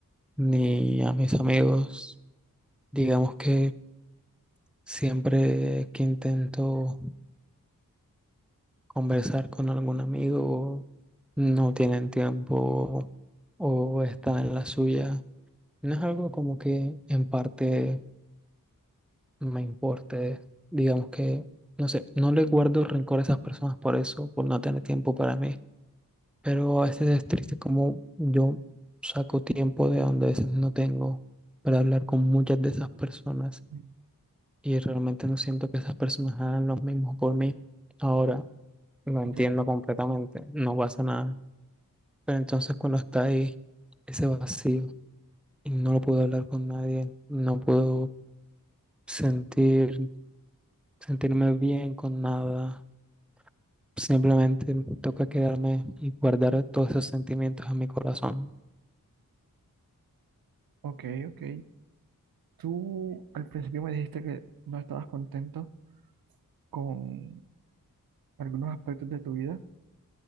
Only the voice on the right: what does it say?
Mm,
Ok.
Ok, ok. Tú al principio me dijiste que no estabas contento con algunos aspectos de tu vida.